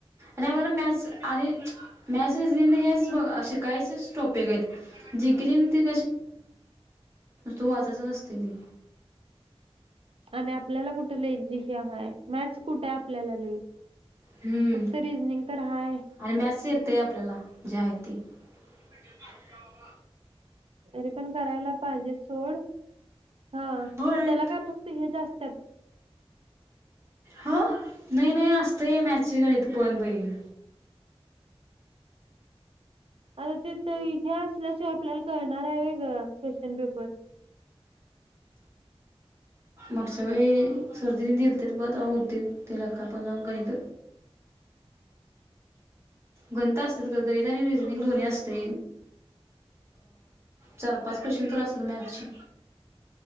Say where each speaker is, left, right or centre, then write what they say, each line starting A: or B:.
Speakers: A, on the right; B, on the right.
A: नाही मॅच आणि मॅच ब असे कायच स्टोपेक आहेत जी क जि त व वा तन
B: आणि आपल्याला कुठेला एक दिशी हय मॅ कुठे आपल्याला लई
A: हम्म
B: फक्त रिजनिंग तर हाय
A: आणि मॅस येतय आपल्याला ज्या आहेती क काला
B: तरी पण करायला पाहिजे सोड हा
A: होय
B: त्याला काय फक्त हे जास्त सत्
A: हो नाही नाही असतय मॅचच्या घडी तर पोण पईल
B: आता ते तर हे असल्याचे आपल्याला कळणार आहे का क्वेश्चन पेपर
A: मक्साद त्या सर्दी दिल ते बर तरऊथ ते लग पणला गणित गणता असतात ग गणित आणि रिझनिंग दोन्ही असते चार पाच क्वेश्चन तर असतात मॅथचे